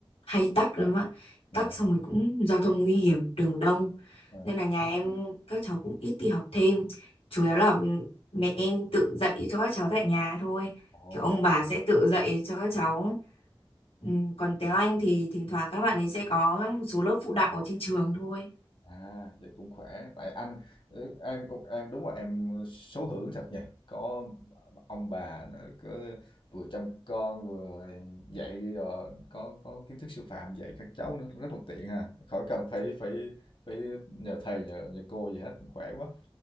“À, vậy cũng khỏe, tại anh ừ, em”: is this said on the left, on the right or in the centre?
Left